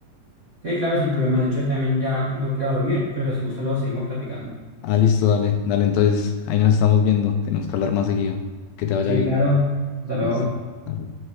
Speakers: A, on the right (about 55°); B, on the left (about 80°).
A: Sí, claro, sin problema. De hecho, también ya me tengo que ir a dormir, pero si gusta luego seguimos platicando.
B: Ah, listo, dale, dale, entonces ahí nos estamos viendo, tenemos que hablar más seguido. Que te vaya
A: Sí,
B: bien.
A: claro. Hasta luego.
B: Listo, dale.